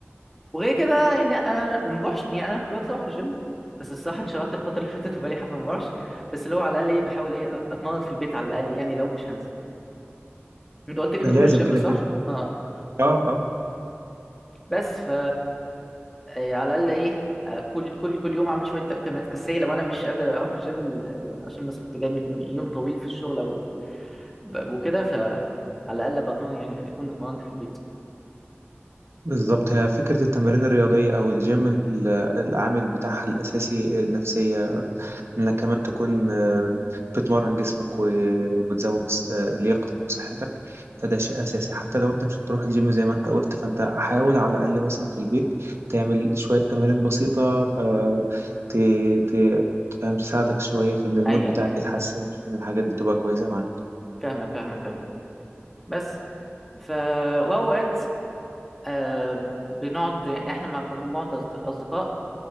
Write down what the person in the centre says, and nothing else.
وغير كده يعني أنا ما بروحش يعني أنا كنت بدأت أروح الجيم بس الصراحة انشغلت الفترة اللي فاتت وبقالي حبة ما بروحش بس اللي هو على الأقل إيه بحاول إيه أت- أتمرن في البيت على الأقل يعني لو مش هنزل انت قلت لي
بتروح
الجيم
صح؟
اه آه.
بس ف إيه، على الاقل ايه آه، كل كل كل يوم اعمل شويه تمارين اساسيه لو انا مش قادر اروح الجيم ل- عشان مثلا كنت جاي من يوم طويل في الشغل او ب- وكده فعلى الاقل بطمن يعني في- كنت اتمرنت في البيت
ايوه
ايوه
فاهمك فاهمك ايوه بس ف واوقات آه بنقعد احنا مع مجموعه أصد- اصدقاء